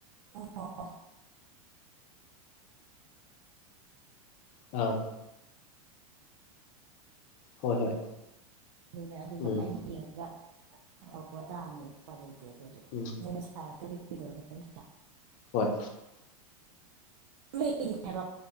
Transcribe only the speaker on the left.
ꯑ ꯍꯣꯏ ꯍꯣꯏ
ꯎꯝ
ꯎꯝ
ꯍꯣꯏ